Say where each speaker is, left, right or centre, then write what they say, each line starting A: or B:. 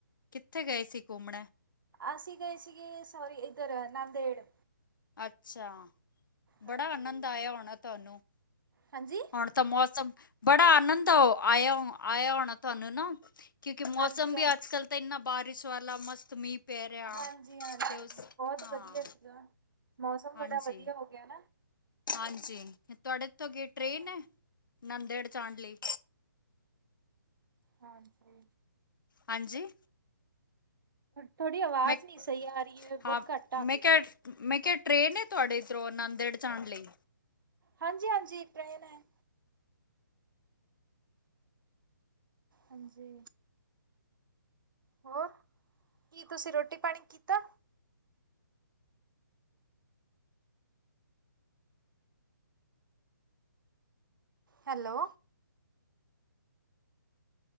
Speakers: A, on the left; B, on the right.
A: ਕਿੱਥੇ ਗਏ ਸੀ ਘੁੰਮਣੇ,
B: ਅਸੀ ਗਏ ਸੀਗੇ ਸੌਰੀ ਇਧਰ ਨੰਦੇੜ,
A: ਅੱਛਾ, ਬੜਾ
B: ਹਾਂਜੀ।
A: ਆਨੰਦ ਆਇਆ ਹੋਣਾ ਤੁਹਾਨੂੰ
B: ਹਾਂਜੀ।
A: ਹੁਣ, ਤਾਂ ਮੌਸਮ ਬੜਾ ਆਨੰਦ ਆਇਆ ਆਇਆ ਹੋਣਾ ਤੁਹਾਨੂੰ ਹਨਾ, ਕਿਉਂਕਿ ਮੌਸਮ
B: ਹਾਂਜੀ
A: ਵੀ
B: ਹਾਂ
A: ਅੱਜ ਕੱਲ ਤਾਂ ਇੰਨਾ ਬਾਰਿਸ਼ ਵਾਲਾ ਮਸਤ ਮੀਂਹ, ਪੈ ਰਿਹਾ
B: ਹਾਂਜੀ, ਹਾਂਜੀ
A: ਤੇ ਉਸ
B: ਬਹੁਤ
A: ਹਾਂ,
B: ਵਧੀਆ ਸੀਗਾ ਮੌਸਮ
A: ਹਾਂਜੀ,
B: ਬੜਾ ਵਧੀਆ ਹੋ ਗਿਆ ਨਾ,
A: ਹਾਂਜੀ, ਤੁਹਾਡੇ ਤੋਂ ਅੱਗੇ ਟ੍ਰੇਨ
B: ਹਾਂ।
A: ਹੈ ਨੰਦੇੜ ਜਾਣ ਲਈ,
B: ਹਾਂਜੀ,
A: ਹਾਂਜੀ,
B: ਥੋਡੀ ਆਵਾਜ਼
A: ਮੈਂ
B: ਨਹੀਂ ਸਹੀ ਆ ਰਹੀ ਹੈ ਬਹੁਤ
A: ਹਾਂ
B: ਘੱਟ ਆਂਦੀ
A: ਮੈਂ ਕਿਹਾ
B: ਪਈ,
A: ਮੈਂ ਕਿਹਾ ਟ੍ਰੇਨ ਹੈ ਤੁਹਾਡੇ ਇੱਧਰੋਂ ਨੰਦੇੜ ਜਾਣ ਲਈ,
B: ਹਾਂਜੀ, ਹਾਂਜੀ ਟ੍ਰੇਨ ਹੈ, ਹਾਂਜੀ, ਹੋਰ ਕੀ ਤੁਸੀਂ ਰੋਟੀ ਪਾਣੀ ਕੀਤਾ। Hello,